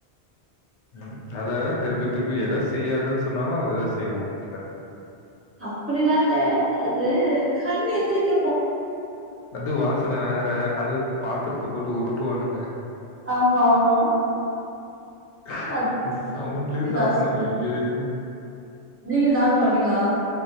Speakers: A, on the left; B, on the right.
A: ம் அதத திருப்பி திருப்பி எத செய்யாதன் சொன்னாலு அததா செய்வோ வீட்ல
B: அப்படிலா இல்ல அது கண் எதிரிக்க
A: வந்து வாசன வேற அது அந்த பாத்தரத்த போட்டு உருட்டுவானுங்க
B: ஆமா ஆமா
A: <unintelligible>
B: அது
A: சவுண்டலயு
B: அது கஷ்ட
A: சாப்ண ஐயையோ
B: நீங்க சாப்ட மாட்டீங்களா